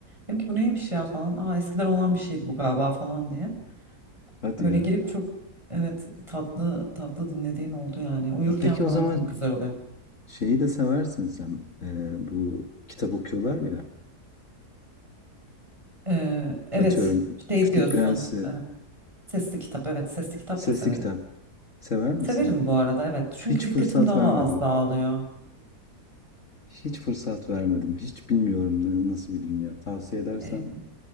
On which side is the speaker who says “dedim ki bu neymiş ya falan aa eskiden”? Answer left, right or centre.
Right